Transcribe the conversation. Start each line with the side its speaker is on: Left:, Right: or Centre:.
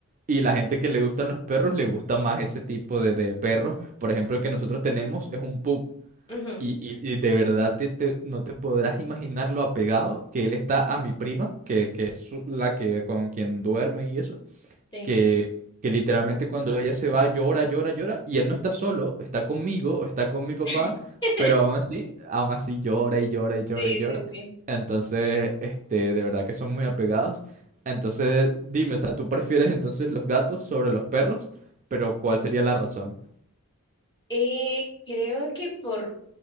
Right: Y la gente que le gustan los perros le gusta más ese tipo de, de perros. Por ejemplo, el que nosotros tenemos es un pug.
Left: Ujú,
Right: Y, y- y de verdad te- te- no te podrás imaginar lo apegado que él está a mi prima, que, que es su- la que con quien duerme y eso,
Left: sí.
Right: que, que literalmente cuando ella se va llora, llora, llora, y él no está solo, está conmigo, está con mi papá,
Left: <laughs>
Right: pero aún así, aún así llora y llora y llora
Left: Sí,
Right: y llora.
Left: sí, sí.
Right: Entonces, este, de verdad que son muy apegados. Entonces, dime, o sea, ¿tú prefieres entonces los gatos sobre los perros? Pero ¿cuál sería la razón?
Left: Eh, creo que por